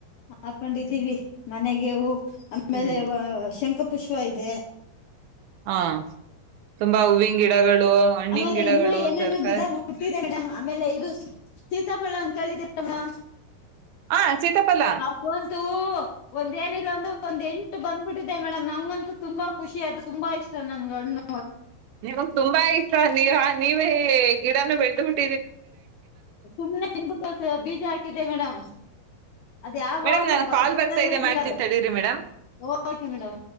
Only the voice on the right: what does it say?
ಹ್ಮ್
ಹಾ ತುಂಬಾ ಹೂವಿನ ಗಿಡಗಳು ಹಣ್ಣಿನ
ಗಿಡಗಳು
ತರಕಾರಿ
ಹ ಸೀತಾಫಲ
ನಿಮಗ್ ತುಂಬಾ ಇಷ್ಟ ನೀವಾ ನೀವೇ ಗಿಡನ ಬೆಳೆದ ಬಿಟ್ಟ <unintelligible>
ಮೇಡಮ್ ನನ್
ಕಾಲ್ ಬರ್ತಾ
ಮಾಡ್ತೀನಿ
ತಡೀರಿ ಮೇಡಮ್